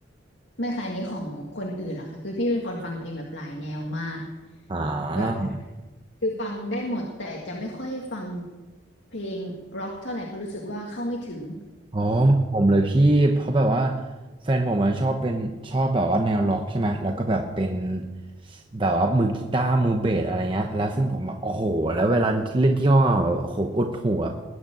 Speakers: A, on the left; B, on the right.
A: ไม่ค่ะอันนี้ของคนอื่นหรอกค่ะคือพี่เป็นคนฟังเพลงแบบหลายแนวมาก
B: อ่า
A: แบบคือฟังได้หมดแต่จะไม่ค่อยฟังเพลงร็อกเท่าไหร่เพราะรู้สึกว่าเข้าไม่ถึง
B: อ๋อเหมือนผมเลยพี่เพราะแบบว่าแฟนผมอะชอบเป็นชอบแบบว่าแนวร็อกใช่ไหมแล้วก็แบบเป็นแบบว่ามือกีตาร์มือเบสอะไรเงี้ยแล้วซึ่งผมแบบโอ้โหแล้วเวลาเล่นที่ห้องอะแบบโอ้โหอดหูแบบ